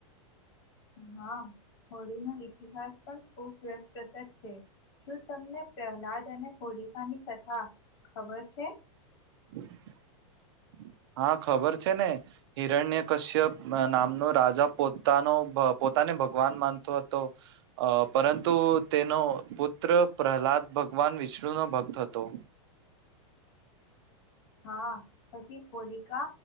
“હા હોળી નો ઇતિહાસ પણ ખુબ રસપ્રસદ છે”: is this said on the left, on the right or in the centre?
Left